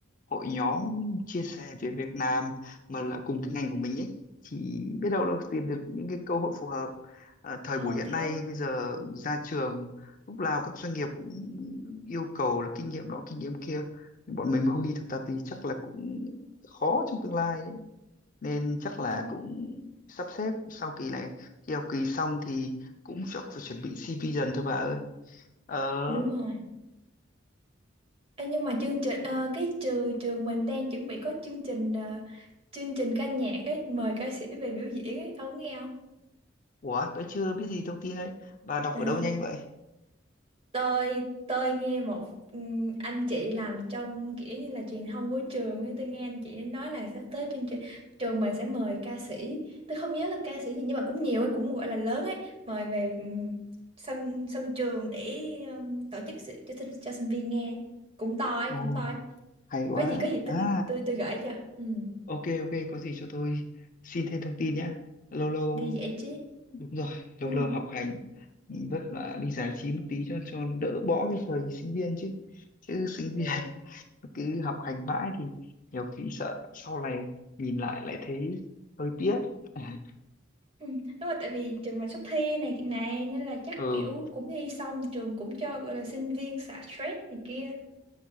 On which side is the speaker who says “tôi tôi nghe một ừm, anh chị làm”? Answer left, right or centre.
Right